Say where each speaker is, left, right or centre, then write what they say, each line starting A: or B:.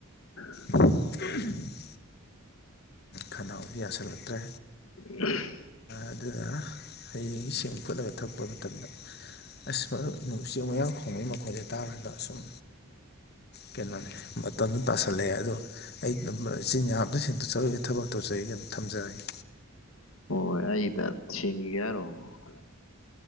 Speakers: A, on the left (about 70°); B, on the left (about 45°).
A: <unintelligible>
B: <unintelligible> ꯈꯅꯥꯎꯁꯨ ꯌꯥꯁꯜꯂꯛꯇ꯭ꯔꯦ
A: ꯎ <inaudible>
B: ꯑꯗꯨꯅ ꯍꯌꯦꯡ ꯁꯤꯡ ꯐꯨꯠꯂꯒ ꯊꯛꯄ ꯃꯇꯝꯗ ꯑꯁ ꯐꯖꯅ ꯎꯆꯦꯛ ꯎꯌꯥ ꯈꯣꯡꯕꯩ ꯃꯈꯣꯟꯁꯦ ꯇꯥꯔꯒ ꯑꯁꯨꯝ ꯀꯩꯅꯣꯅꯤ ꯃꯇꯝꯁꯨ ꯇꯥꯁꯜꯂꯛꯑꯦ ꯑꯗꯣ ꯑꯩ ꯆꯤꯟ ꯌꯥ ꯑꯝꯇ ꯁꯦꯡꯗꯣꯛꯆꯔꯨꯒꯦ ꯊꯕꯛ <unintelligible> ꯊꯝꯖꯔꯒꯦ
A: ꯍꯣꯏ ꯑꯩꯗ <unintelligible>